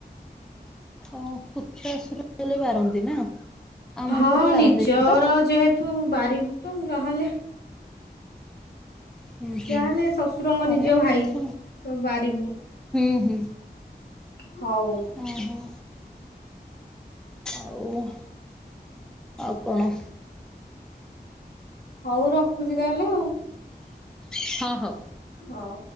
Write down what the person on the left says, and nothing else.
ହଁ
ନିଜର
ଯେହେତୁ ବାରିବୁ ତ ଯାହେଲେ।
ଯାହାହେଲେ ଶଶୁରଙ୍କ
ନିଜ
ଭାଇ ତ ବାରିବୁ।
ହଉ
ହଉ ରଖୁଚି ତାହେଲେ ଆଉ।
ହଉ।